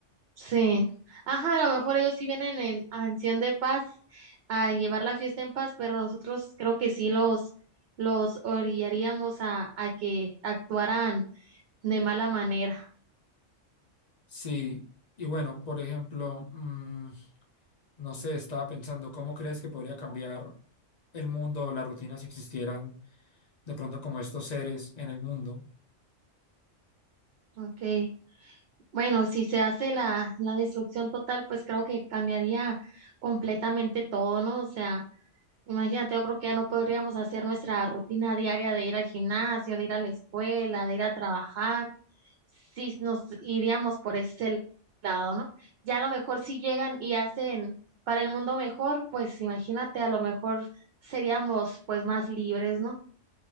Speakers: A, on the right (about 60°); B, on the left (about 40°).
A: Sí. Ajá, a lo mejor ellos sí vienen en acción de paz a llevar la fiesta en paz, pero nosotros creo que sí los, los orillaríamos a, a que actuaran de mala manera.
B: Sí, y bueno, por ejemplo, mm, no sé, estaba pensando, ¿cómo crees que podría cambiar el mundo o la rutina si existieran de pronto como estos seres en el mundo?
A: Okay. Bueno, si se hace la, la destrucción total, pues creo que cambiaría completamente todo, ¿no? O sea, imagínate, yo creo que ya no podríamos hacer nuestra rutina diaria de ir al gimnasio, de ir a la escuela, de ir a trabajar. si nos iríamos por ese lado, ¿no? Ya a lo mejor si llegan y hacen para el mundo mejor, pues imagínate, a lo mejor seríamos pues más libres, ¿no?